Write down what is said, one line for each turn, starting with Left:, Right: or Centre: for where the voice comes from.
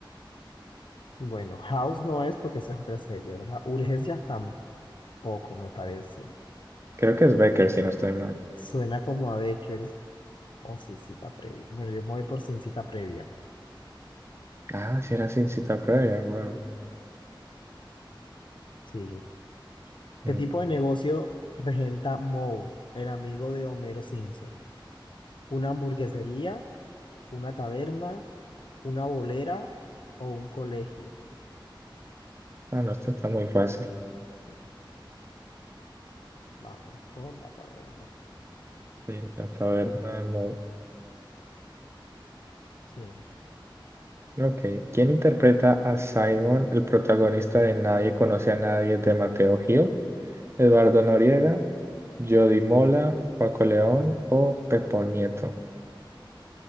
Left: <laughs> bueno, House no es porque esa es otra serie, ¿verdad? Urgencia tampoco me parece.
Right: Creo que es Becker, si no estoy mal.
Left: Suena como a Bakers o sin cita previa. Bueno, yo me voy por sin cita previa.
Right: Ah, sí era sin cita previa, wow.
Left: Sí. ¿Qué
Right: Mm.
Left: tipo de negocio regenta Moe, el amigo de Homero Simpson? ¿Una hamburguesería, una taberna, una bolera o un colegio?
Right: Ah, no, esto está muy fácil.
Left: Pero vamos por la taberna.
Right: Sí, la taberna de Moe.
Left: Sí.
Right: Ok. ¿Quién interpreta a Simon, el protagonista de Nadie conoce a nadie de Mateo Gil? ¿Eduardo Noriega, Jody Mola, Paco León o Pepo Nieto?